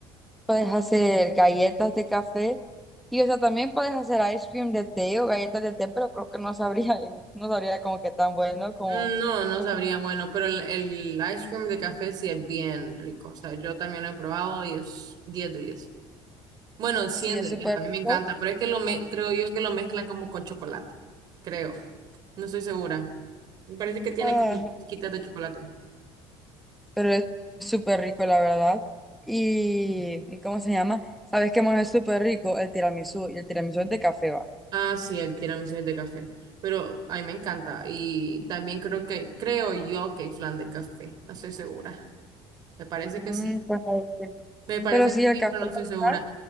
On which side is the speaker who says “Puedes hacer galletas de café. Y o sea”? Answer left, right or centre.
Centre